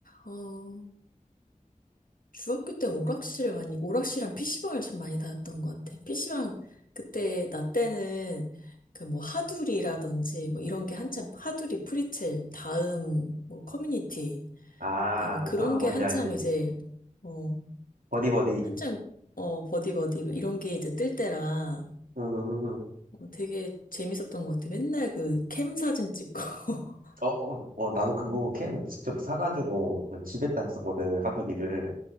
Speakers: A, on the left; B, on the right.
A: 어, 중학교 때 오락실을 많이, 오락실이랑 PC방을 참 많이 다녔던 것 같아. PC방, 그때, 나 때는, 그 뭐, 하두리라든지, 뭐, 이런 게 한참, 하두리, 프리첼, 다음, 뭐, 커뮤니티,
B: 아,
A: 그다음에 그런
B: 아, 뭔지
A: 게 한참
B: 알지.
A: 이제, 어,
B: 버디버디.
A: 한장 어 버디 버디 뭐 이런 게 이제 뜰 때라
B: 음,
A: 어, 되게 재밌었던 것 같아. 맨날 그 캠 사진 찍고. <laughs>
B: 어, 어, 어, 나는 그거 캔 직접 사가지고 그냥 집에다 했었거든. 하두리를.